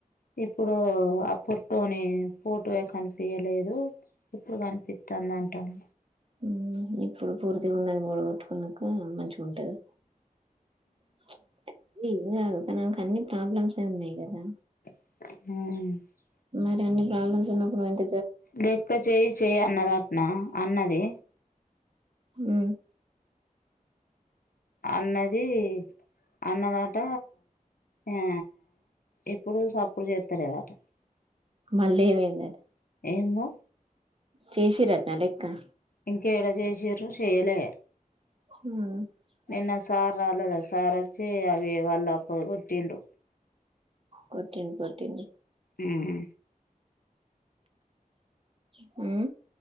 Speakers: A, on the left (about 85°); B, on the right (about 40°).
A: ఇప్పుడు ఆ పొట్టోని ఫోటో వే కనిపయలేదు ఎప్పుడు కనిపిస్తుంది అంటాడు
B: హు ఇప్పుడు పూర్తిగా ఉన్నది పోడగొట్టుకున్నాక మంచిగా ఉంటది <unintelligible> ఏం కాదు కానీ ఆమె కు అన్ని ప్రాబ్లమ్స్ ఉన్నాయి కదా
A: అహ
B: మరి అన్ని ప్రాబ్లమ్స్ ఉన్నప్పుడు వేట
A: లెక్క చేయి చెయయి అన్నదాటన అన్నది
B: ఉహు
A: అన్నది అన్నదాట ఆ ఎప్పుడు సప్పుడు చేస్తలేదట
B: మళ్ళీ ఏమైందట
A: ఏంమో
B: చేసిరటన లెక్క
A: ఇంకా ఎడ చేసిరు చేయ్యలే
B: అహ
A: నిన్న సార్ రాలేదు సార్ వచ్చి అవి వాళ్ళ కి కొట్టిండు
B: కోటిండు కోటిండు
A: ఉహు
B: హు